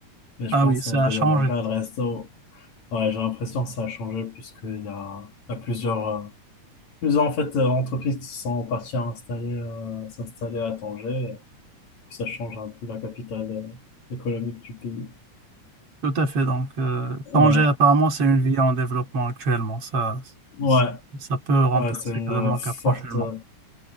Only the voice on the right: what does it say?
ah
oui, ça
a changé.
Tout à fait. Donc, euh, Tanger,
apparemment, c'est une ville en développement actuellement. Ça,
ça, ça peut remplacer
Casablanca
prochainement.